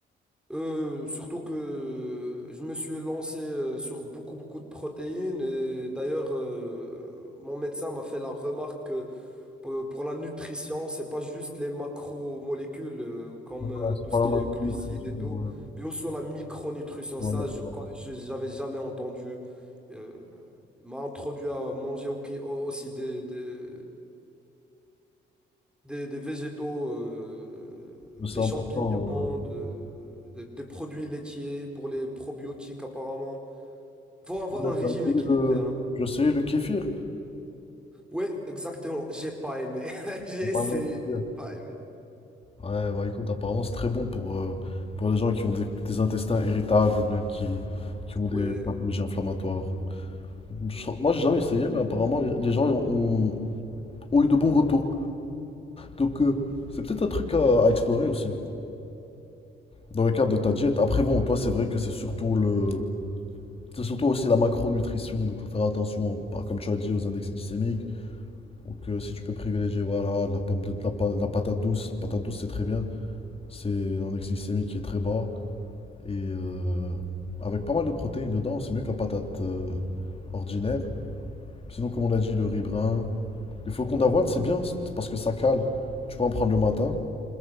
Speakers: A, in the centre; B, on the left (about 30°).
A: Euh, surtout que je me suis lancé euh, sur beaucoup, beaucoup de protéines. Et d'ailleurs, euh, mon médecin m'a fait la remarque Pour, pour la nutrition, c'est pas juste les macromolécules euh, comme
B: Ouais,
A: euh,
B: c'est
A: tout
B: pas
A: ce
B: la
A: qui
B: macronutrition.
A: est glucides et tout,
B: Ouais,
A: mais aussi la micronutrition.
B: ouais,
A: Ça,
B: ouais.
A: je, co- je- j'avais jamais entendu. Euh, m'a introduit à manger au- qui- au- aussi des, des, des- des végétaux, euh,
B: Mais c'est
A: des
B: important.
A: champignons,
B: Ouais.
A: de- de- des produits laitiers pour les probiotiques apparemment. Faut avoir
B: Ouais,
A: un régime
B: j'ai essayé
A: équilibré,
B: le...
A: hein.
B: J'ai essayé le kéfir.
A: Ouais, exactement. J'ai pas aimé. <laughs> J'ai
B: T'as pas
A: essayé,
B: aimé le
A: j'ai
B: kéfir.
A: pas aimé.
B: Ouais, bah écoute, apparemment c'est très bon pour, euh, pour les gens qui ont des, des intestins irritables ou bien qui, qui ont
A: Ouais.
B: des pathologies inflammatoires. Je-
A: ouais.
B: moi, j'ai jamais essayé, mais apparemment les, les gens ont, ont eu de bons retours. Donc, euh, c'est peut-être un truc à, à explorer aussi, dans le cadre de ta diète. Après, bon, toi, c'est vrai que c'est surtout le... C'est surtout aussi la macronutrition, donc il faut faire attention, par- comme tu as dit, aux index glycémiques. Donc euh, si tu peux privilégier voilà, de la pomme de, de la, pa- de la patate douce, la patate douce c'est très bien, c'est un index glycémique qui est très bas et euh, avec pas mal de protéines dedans, c'est mieux que la patate euh, ordinaire. Sinon, comme on a dit, le riz brun, le flocons d'avoine c'est bien c'est- parce que ça cale. Tu peux en prendre le matin,